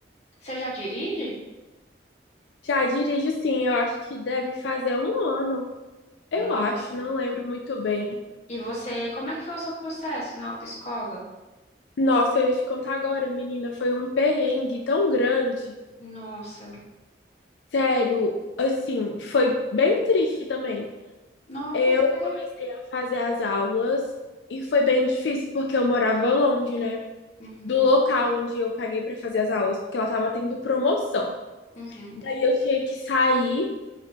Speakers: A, on the left; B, on the left.
A: Você já dirige?
B: já dirijo sim, eu acho que deve fazer um ano. Eu
A: Nossa.
B: acho, não lembro muito bem.
A: E você, como é que foi o seu processo na autoescola?
B: Nossa, eu ia te contar agora, menina, foi um perrengue tão grande.
A: Nossa.
B: Sério, assim, foi bem triste também.
A: Não,
B: Eu
A: por quê?
B: comecei a fazer as aulas e foi bem difícil porque eu morava longe, né?
A: Uhum,
B: Do local onde eu paguei para fazer as aulas, porque ela tava tendo promoção.
A: uhum.
B: Daí eu tinha que sair